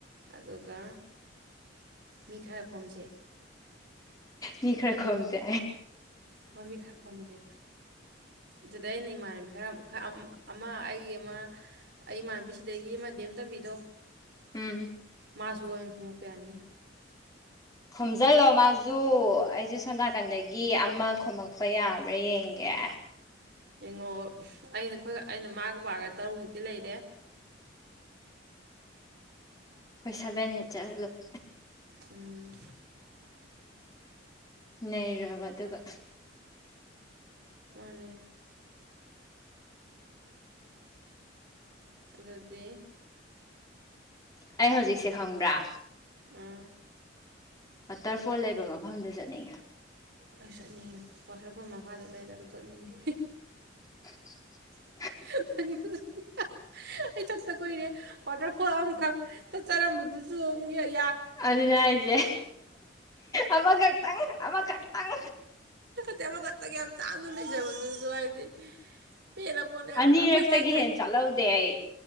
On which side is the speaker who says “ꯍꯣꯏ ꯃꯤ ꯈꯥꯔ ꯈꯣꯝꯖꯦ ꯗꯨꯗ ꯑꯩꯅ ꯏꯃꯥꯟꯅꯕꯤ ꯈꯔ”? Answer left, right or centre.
Right